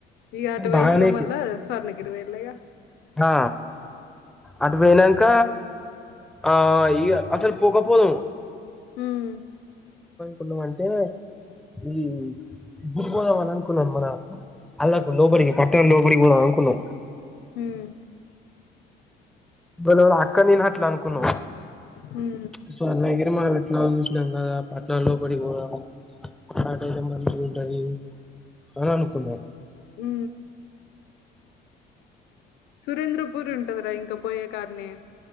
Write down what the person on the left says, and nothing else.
ఈగ ఆటు పోయి
ఇగ
మల్ళ స్వర్ణగిరి పొఇళ్ల ఇగ
ఉమ్
ఉమ్
మ్
మ్ సురేంద్రపూరి ఉంటదిరా ఇంకా పోయ్యే కాన్నే